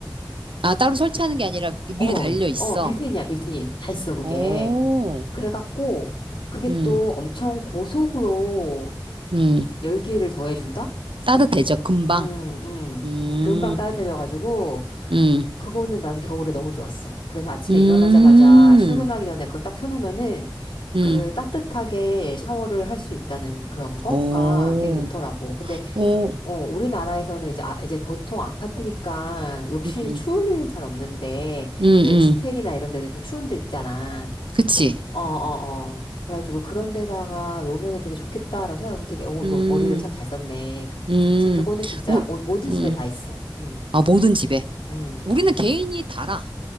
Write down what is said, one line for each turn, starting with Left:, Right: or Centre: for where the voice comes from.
Right: 아, 따로 설치하는 게 아니라 미리
Left: 어,
Right: 달려 있어.
Left: 어, 빌트인이야, 빌트인. 다 있어, 그게.
Right: 오.
Left: 그래갖고, 그게
Right: 음,
Left: 또 엄청 고속으로
Right: 음.
Left: 열기를 더해준다?
Right: 따뜻해져, 금방.
Left: 음, 음.
Right: 음,
Left: 금방 따뜻해져가지고,
Right: 음,
Left: 그거는 나는 겨울에 너무 좋았어. 그래서 아침에
Right: 음,
Left: 일어나자마자 출근하기 전에 그거 딱 켜놓으면은
Right: 음.
Left: 그 따뜻하게 샤워를 할 수 있다는 그런 거가
Right: 오,
Left: 되게 좋더라고. 근데
Right: 오,
Left: 어, 우리나라에서는 이제, 아, 이제 보통 아파트니까 욕실이
Right: 음,
Left: 추울 일은 잘 없는데,
Right: 음, 음.
Left: 왜 주택이나 이런 데도 좀 추운 데 있잖아.
Right: 그치.
Left: 어, 어, 어. 그래가지고 그런 데다가 놓으면 되게 좋겠다라고 생각하고 되게, 어,
Right: 음,
Left: 이거 머리를 참 잘 썼네.
Right: 음.
Left: 했었지. 그거는 진짜
Right: 우,
Left: 오- 모든
Right: 음.
Left: 집에 다 있어. 음,
Right: 아, 모든 집에.
Left: 음.
Right: 우리는 개인이 달아.